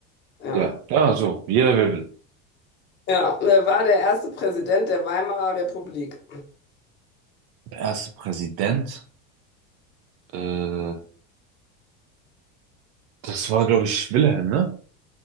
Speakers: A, on the left; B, on the right.
A: ja.
B: Ja, ja, so, jeder wer will.
A: Ja, wer war der erste Präsident der Weimarer Republik?
B: Der erste Präsident, äh, das war, glaube ich, Wilhelm, ne?